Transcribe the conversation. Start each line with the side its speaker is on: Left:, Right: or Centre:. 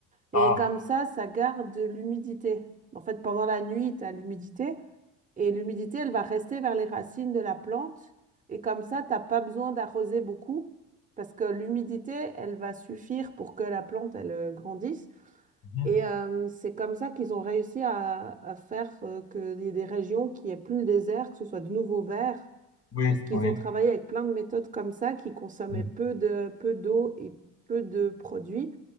Right: Et
Left: ah,
Right: comme ça, ça garde de l'humidité. En fait, pendant la nuit, tu as l'humidité et l'humidité, elle va rester vers les racines de la plante. Et comme ça, tu n'as pas besoin d'arroser beaucoup parce que l'humidité, elle va suffire pour que la plante, elle euh, grandisse.
Left: mhm.
Right: Et euh, c'est comme ça qu'ils ont réussi à, à faire euh, qu'il y ait des régions qui aient plus le désert, que ce soit de nouveau vert,
Left: Oui,
Right: parce qu'ils
Left: oui.
Right: ont travaillé avec plein de méthodes comme ça qui consommaient
Left: oui.
Right: peu de, peu d'eau et peu de produits